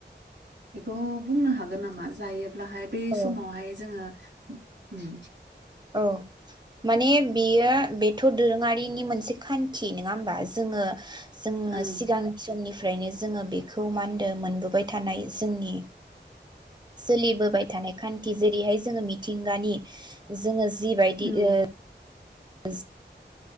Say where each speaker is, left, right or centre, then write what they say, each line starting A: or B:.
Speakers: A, on the right; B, on the right.
A: बेखौ बुंनो हागोन नामा जायो ब्लाहाय बे
B: औ
A: समावहाय जोङो उम
B: औ। माने बियो बेथ' दोरोङारि <unintelligible> मोनसे खान्थि नोङा होमबा जोङो जोंनो
A: ओं
B: सिगां किसननि फ्रायनो जोङो बेखौ मा होनदो मोनबोबाय थानाय जोंनि सोलिबोबाय थानाय खान्थि जेरैहाय जोङो मिथिंगानि जोङो जिबायदि
A: उम
B: ओ <unintelligible>